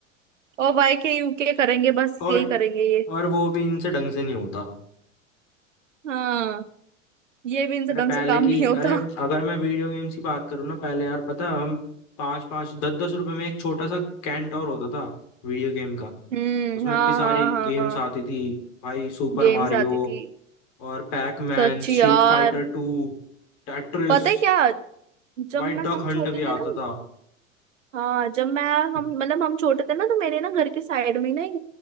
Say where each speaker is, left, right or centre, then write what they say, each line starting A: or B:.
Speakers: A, on the right; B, on the left.
A: और वाई के यू के करेंगे बस
B: और
A: यही करेंगे ये
B: और वो भी इनसे ढंग से नहीं होता
A: हाँ ये भी इनसे
B: अरे
A: ढंग
B: पहले
A: से काम
B: की
A: नहीं होता
B: अरे अगर मैं वीडियो गेम्स की बात करूँ ना पहले यार पता है, हम पाँच पाँच दस दस रुपए में एक छोटा सा कैंटोर होता था वीडियो गेम का
A: हम्म
B: उसमें
A: हाँ
B: इतनी सारी
A: हाँ हाँ
B: गेम्स
A: हाँ
B: आती थी भाई सुपर
A: गेम्स
B: मारियो
A: आती थी
B: और Pac Man
A: सच यार
B: Street Fighter two Tetris
A: पता है क्या जब
B: भाई
A: मैं
B: डक
A: हम
B: हंट
A: छोटे
B: भी
A: थे
B: आता
A: ना
B: था
A: हाँ जब मैं
B: <laughs>
A: हम मतलब हम छोटे थे ना तो मेरे ना घर के साइड में ही ना एक